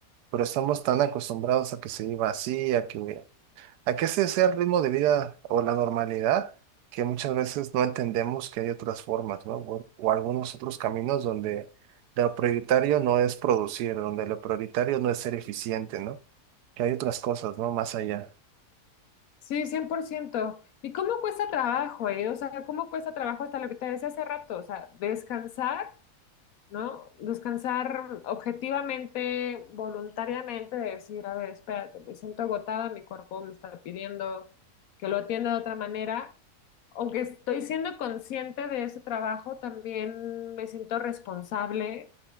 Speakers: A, on the right (about 85°); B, on the left (about 65°).
A: pero estamos tan acostumbrados a que se viva así, a que a que ese sea el ritmo de vida o la normalidad, que muchas veces no entendemos que hay otras formas, ¿no? O, o algunos otros caminos donde lo prioritario no es producir, donde lo prioritario no es ser eficiente, ¿no? Que hay otras cosas, ¿no? Más allá.
B: Sí, cien por ciento ¿Y cómo cuesta trabajo, eh? O sea, ¿cómo cuesta trabajo hasta lo que te decía hace rato? O sea, descansar ¿no? Descansar objetivamente, voluntariamente, de decir, a ver, espérate, me siento agotada, mi cuerpo me está pidiendo que lo atienda de otra manera. Aunque estoy siendo consciente de ese trabajo, también me siento responsable